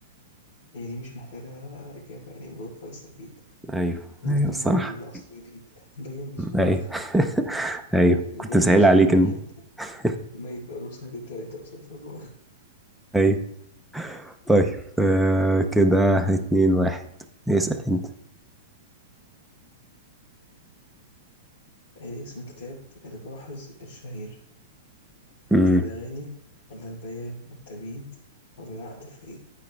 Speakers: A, on the left (about 65°); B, in the centre.
A: هي دي مش محتاجة إجابة يعني مرور كويس أكيد
B: أيوه
A: الاتنين
B: أيوه الصراحة
A: دول عصر جديد <laughs> باين من اسمهم
B: ايوه <laughs> ايوه
A: <laughs>
B: كنت
A: باين
B: مسهل
A: من اسمهم
B: عليك
A: ده واحد
B: انت <laughs>
A: ميت بقاله سنتين تلاتة بسبب
B: ايوه طيب آه كده اتنين واحد اسأل انت
A: <laughs> إيه اسم كتاب الجاحظ الشهير
B: امم
A: الأغاني ولا البيان والتبيين ولا العقد الفريد